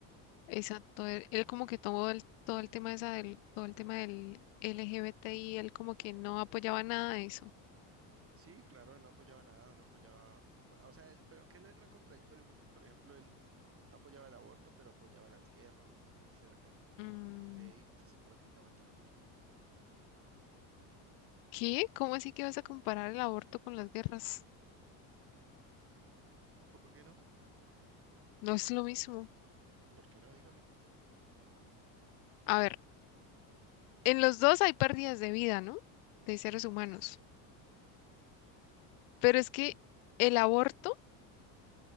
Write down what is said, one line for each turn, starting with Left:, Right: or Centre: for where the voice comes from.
Left: Exacto. Él, él como que tomó el, todo el tema esa del, todo el tema del LGBTI, él como que no apoyaba nada de eso.
Right: Sí, claro, él no apoyaba nada, no apoyaba, o sea, él- pero aunque él era contradictorio, porque por ejemplo, él no apoyaba el aborto, pero apoyaba las guerras, entonces era como,
Left: Mm,
Right: ok, pues prácticamente lo mismo.
Left: ¿Qué? ¿Cómo así que vas a comparar el aborto con las guerras?
Right: ¿Por qué no?
Left: No es lo mismo.
Right: ¿Por qué no? Dígame.
Left: A ver, en los dos hay pérdidas de vida, ¿no? De seres humanos.
Right: Sí,
Left: Pero es que el aborto